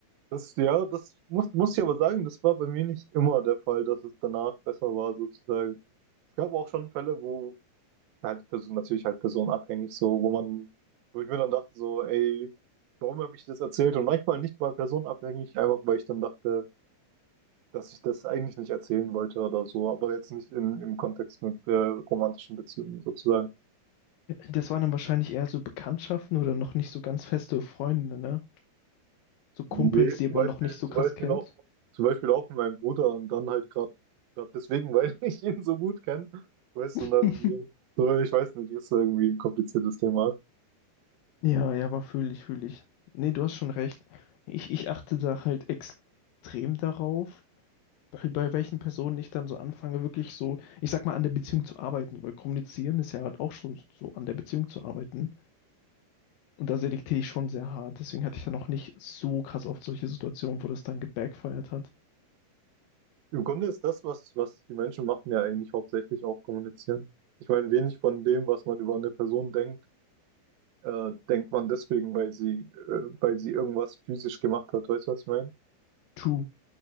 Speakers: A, on the right; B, on the left.
A: Das, ja, das muss, muss ich aber sagen, das war bei mir nicht immer der Fall, dass es danach besser war, sozusagen. Es gab auch schon Fälle, wo halt Person, natürlich halt personenabhängig, so, wo man, wo ich mir dann dachte, so, ey, warum habe ich das erzählt? Und manchmal nicht mal personenabhängig, einfach weil ich dann dachte, dass ich das eigentlich nicht erzählen wollte oder so, aber jetzt nicht in, im Kontext mit äh, romantischen Beziehungen sozusagen.
B: Das waren dann wahrscheinlich eher so Bekanntschaften oder noch nicht so ganz feste Freunde, ne? So Kumpels,
A: Nee, zum
B: die man
A: Beispiel,
B: noch nicht so
A: zum
B: krass
A: Beispiel
B: kennt.
A: auch, zum Beispiel auch mit meinem Bruder und dann halt gerade gerade deswegen, weil <laughs> ich ihn so gut kenne, weißt
B: <laughs>
A: du, und dann, so, ich weiß nicht, ist irgendwie ein kompliziertes Thema.
B: Ja, ja, aber fühle ich, fühle ich. Nee, du hast schon recht. Ich, ich achte da halt extrem darauf. bei, bei welchen Personen ich dann so anfange, wirklich so, ich sag mal, an der Beziehung zu arbeiten, weil kommunizieren ist ja halt auch schon so an der Beziehung zu arbeiten. Und da selektiere ich schon sehr hart. Deswegen hatte ich dann auch nicht so krass auf solche Situationen, wo das dann gebackfired hat.
A: Im Grunde ist das, was, was die Menschen machen, ja eigentlich hauptsächlich auch kommunizieren. Ich meine, wenig von dem, was man über eine Person denkt, äh, denkt man deswegen, weil sie, äh, weil sie irgendwas physisch gemacht hat. Weißt du, was ich meine?
B: True,